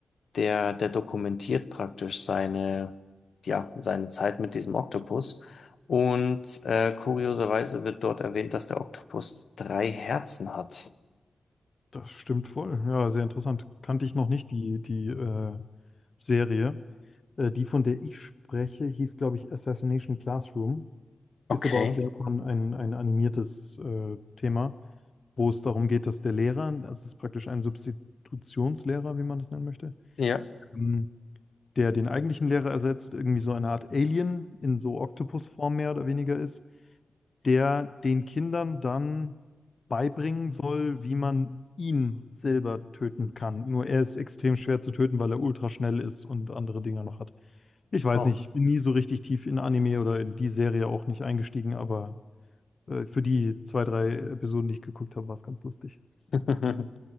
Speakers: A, on the left; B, on the left.
A: der, der dokumentiert praktisch seine, ja, seine Zeit mit diesem Oktopus. Und äh, kurioserweise wird dort erwähnt, dass der Oktopus drei Herzen hat.
B: Das stimmt wohl. Ja, sehr interessant. Kannte ich noch nicht die, die äh, Serie. Äh, die, von der ich spreche, hieß, glaube ich, Assassination Classroom.
A: Okay.
B: Ist aber aus Japan ein, ein animiertes äh, Thema, wo es darum geht, dass der Lehrer, das ist praktisch ein Substitutionslehrer, wie man das nennen möchte,
A: Ja.
B: ähm, der den eigentlichen Lehrer ersetzt, irgendwie so eine Art Alien in so Oktopusform mehr oder weniger ist der den Kindern dann beibringen soll, wie man ihn selber töten kann. Nur er ist extrem schwer zu töten, weil er ultra schnell ist und andere Dinger noch hat. Ich weiß
A: Oh.
B: nicht, ich bin nie so richtig tief in Anime oder in die Serie auch nicht eingestiegen, aber äh, für die zwei, drei Episoden, die ich geguckt habe, war es ganz lustig.
A: <laughs>